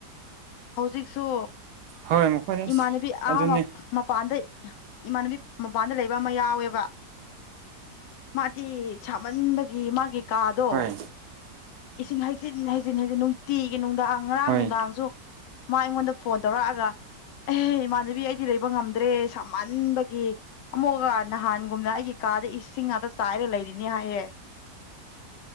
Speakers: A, on the left; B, on the right.
A: ꯍꯧꯖꯤꯛꯁꯨ
B: ꯍꯣꯏ ꯃꯈꯣꯏ ꯑꯁ
A: ꯏꯃꯥꯟꯅꯕꯤ ꯑꯍꯥ
B: ꯑꯗꯨꯅꯤ
A: ꯃꯄꯥꯟꯗ ꯏꯃꯥꯟꯅꯕꯤ ꯃꯄꯥꯟꯗ ꯂꯩꯕ ꯑꯃ ꯌꯥꯎꯋꯦꯕ ꯃꯥꯗꯤ ꯁꯥꯃꯟꯕꯒꯤ ꯃꯥꯒꯤ ꯀꯥꯗꯣ
B: ꯍꯣꯏ
A: ꯏꯁꯤꯡ ꯍꯩꯖꯤꯟ ꯍꯩꯖꯤꯟ ꯍꯩꯖꯤꯟ ꯅꯨꯡꯇꯤꯒꯤ ꯅꯨꯡꯗꯥꯡ ꯉꯔꯥꯡ
B: ꯍꯣꯏ
A: ꯅꯨꯡꯗꯥꯡꯁꯨ ꯃꯥ ꯑꯩꯉꯣꯟꯗ ꯐꯣꯟ ꯇꯧꯔꯛꯑꯒ ꯑꯦ ꯏꯃꯥꯟꯅꯕꯤ ꯑꯩꯗꯤ ꯂꯩꯕ ꯉꯝꯗ꯭ꯔꯦ ꯁꯃꯟꯕꯒꯤ ꯑꯃꯨꯛꯀ ꯅꯍꯥꯟꯒꯨꯝꯅ ꯑꯩꯒꯤ ꯀꯥꯗ ꯏꯁꯤꯡ ꯉꯥꯛꯇ ꯆꯥꯏꯔꯒ ꯂꯩꯔꯤꯅꯤ ꯍꯥꯏꯌꯦꯦ